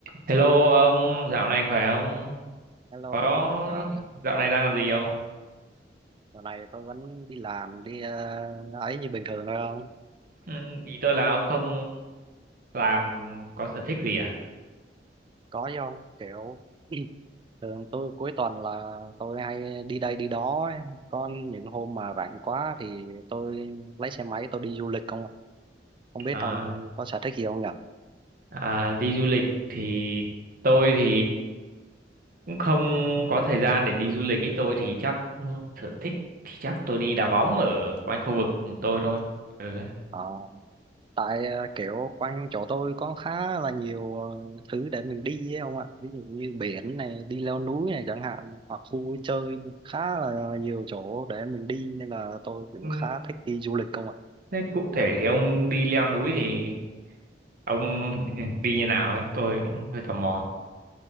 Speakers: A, on the right; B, on the right.
A: Hello ông, dạo này khỏe không?
B: Hello,
A: Có
B: trời ơi,
A: dạo
B: có
A: này đang làm gì không?
B: có mà. giờ này tôi vẫn đi làm đi ờ, ấy như bình thường thôi không?
A: Ừ, ý tôi là ông không làm có sở thích gì à?
B: Có chứ không? Kiểu <clears throat> thường tôi cuối tuần là tôi hay đi đây đi đó. ấy. Có những hôm mà rảnh quá thì tôi lấy xe máy tôi đi du lịch không ạ? Không biết
A: À,
B: ông có sở thích gì không nhỉ?
A: à đi du lịch thì tôi thì cũng không có thời gian để đi du lịch. Ý tôi thì chắc ừ, sở thích thì chắc tôi đi đá bóng ở quanh khu vực của tôi thôi. Ừ.
B: Ờ. tại ờ, kiểu quanh chỗ tôi có khá là nhiều ờ, thứ để mình đi ấy ông ạ ví dụ như biển này đi leo núi này chẳng hạn hoặc khu vui chơi khá là nhiều chỗ để mình đi nên là tôi cũng
A: Ừ,
B: khá thích đi du lịch không ạ
A: Thế cụ thể thì ông đi leo núi thì ông <laughs> đi như nào ấy? Tôi cũng hơi tò mò.